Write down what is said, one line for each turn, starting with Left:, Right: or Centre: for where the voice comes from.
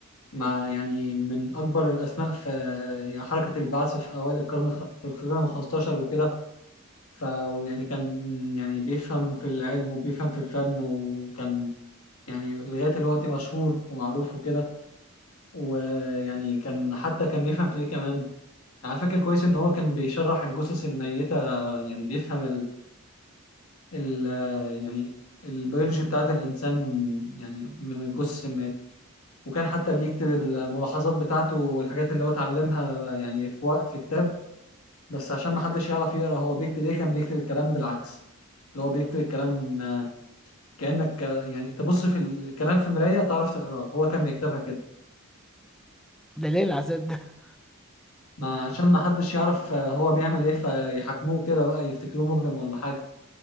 Left: مع يعني من اكبر الاسماء في آه، يعني حركه البعث في اوائل القرن الخ- في القرن ال 15 وكده فيعني كان يعني بيفهم في العلم وبيفهم في الفن وكان يعني لغايه دلوقتي مشهور ومعروف وكده ويعني كان حتى كان بيفهم في ايه كمان انا فاكر كويس ان هو كان بيشرح الجثث الميته يعني بيفهم ال يعني البيولوجي بتاعت الإنسان يعني من الجثث السمات وكان حتى بيكتب الملاحظات بتاعته والحاجات اللي هو اتعلمها يعني في وق- في كتاب بس عشان ما حدش يعرف يقرأ هو بيكتب ايه كان بيكتب الكلام بالعكس اللي هو بيكتب الكلام آه، كأنك آه، يعني تبص في الكلام في مراية تعرف تقراه هو كان بيكتبها كده
Centre: ده ليه العذاب ده
Left: ما عشان ما حدش يعرف آه، هو بيعمل ايه فيحاكموه كده بقى يفتكروه مجرم ولا حاجة